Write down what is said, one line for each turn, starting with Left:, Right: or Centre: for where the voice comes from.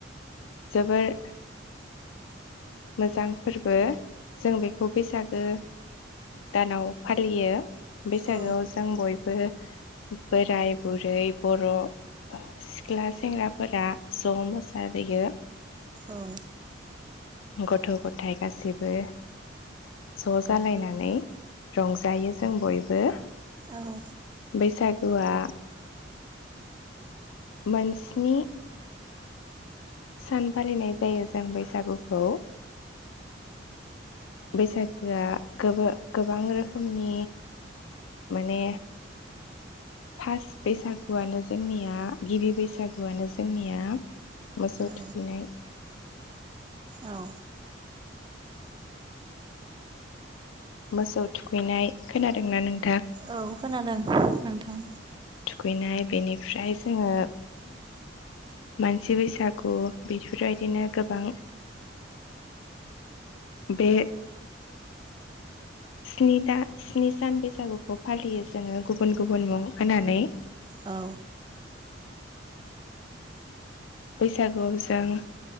Left: जोबोर मोजां फोरबो जों बेखौ बैसागो दानाव फालियो। बैसागोआव
Right: औ
Left: जों बय बो बोराय बुरै बर' सिख्ला सेंग्राफोरा ज' मोसाहैयो।
Right: औ।
Left: गथ' गथाइ गासैबो ज' जालायनानै रंजायो जों बयबो।
Right: औ।
Left: बैसागुआ मोनस्नि सान फालिनाय जायो जों बैसागुखौ। बैसागोआ गोबा गोबां रोखोमनि माने फास बैसागुआनो जोंनिया गिबि बैसागुआनो जोंनिया मोसौ
Right: औ
Left: थुखैनाय।
Right: औ।
Left: मोसौ थुखैनाय खोनादोंना नों?
Right: औ खोनादों नोंथां।
Left: दुगैनाय बेनिफ्राय जोङो मानसि बैसागु बेफोरबायदिनो गोबां बे स्नि दा-स्नि सान बैसागुखौ फालियो जोङो गुबुन गुबुन मुं होनानै
Right: औ
Left: बैसागुआव जों